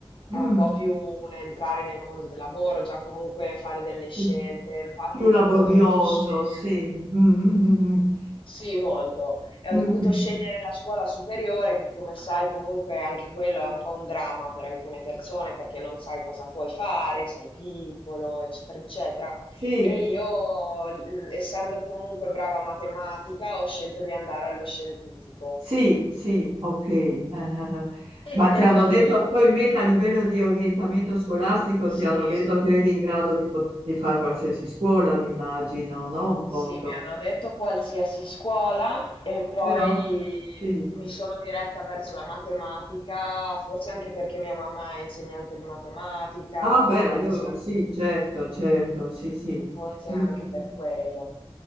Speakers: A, on the left; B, on the right.
A: è
B: Mm,
A: un po' più un entrare nel mondo del lavoro, già comunque fare delle
B: sì.
A: scelte. Infatti,
B: Più laborioso,
A: quando ho dovuto scegliere
B: sì. Mm, mm, mm, mm.
A: sì, molto. E
B: Mm,
A: ho dovuto
B: mm.
A: scegliere la scuola superiore, che come sai comunque anche quello è un po' un dramma per alcune persone perché non sai cosa puoi fare, sei piccolo, eccetera, eccetera.
B: Sì,
A: E io, l- essendo comunque brava a matematica, ho scelto di andare allo scientifico.
B: Sì, sì, ok. eh, eh, eh.
A: E
B: Ma
A: ti
B: ti
A: devo
B: hanno detto,
A: dire,
B: probabilmente a livello di orientamento scolastico,
A: sì.
B: ti hanno detto che eri in grado di, pot- di fare qualsiasi scuola, mi immagino, no? Un poco.
A: Sì, mi hanno detto qualsiasi scuola e poi
B: Però, sì.
A: mi sono diretta verso la matematica, forse anche perché mia mamma è insegnante di matematica,
B: Ah, beh, allora
A: non so,
B: sì, certo, certo, sì, sì.
A: forse
B: Mm,
A: anche
B: mm,
A: per
B: mm.
A: quello.